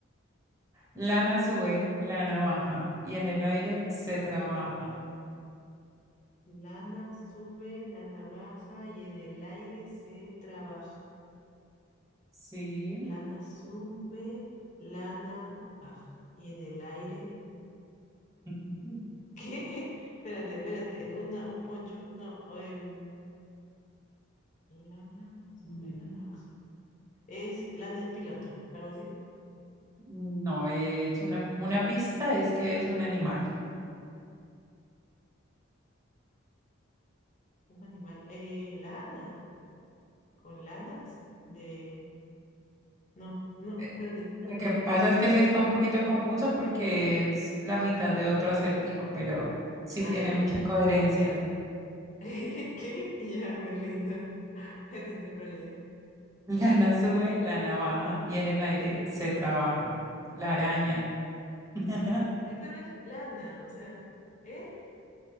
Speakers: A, on the right (about 15°); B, on the left (about 35°).
A: Lana sube, lana baja y en el aire se trabaja.
B: Lana sube, lana baja y en el aire se trabaja.
A: Sí.
B: Lana sube, lana baja y en el aire...
A: <laughs>
B: <laughs> ¿Qué? Espérate, espérate. Una, un poncho. No, em, Lana sobre
A: No,
B: la navaja. Es lana es piloto, algo así.
A: no es una, una pista, es que es un animal.
B: Un animal. Eh, lana. Con lanas de. No, no,
A: Eh,
B: espérate.
A: Lo que
B: dame.
A: pasa es que sí está un poquito confuso porque es la mitad de otro acertijo, pero sí
B: Ah,
A: tiene
B: ya,
A: mucha
B: ya.
A: coherencia. <laughs>
B: <laughs> ¿Qué? Ya me rindo. <laughs> Me rindo cuál es.
A: Lana sube, lana baja y en el aire se trabaja. La araña. <laughs>
B: Eh, pero es lana, o sea. ¿Eh?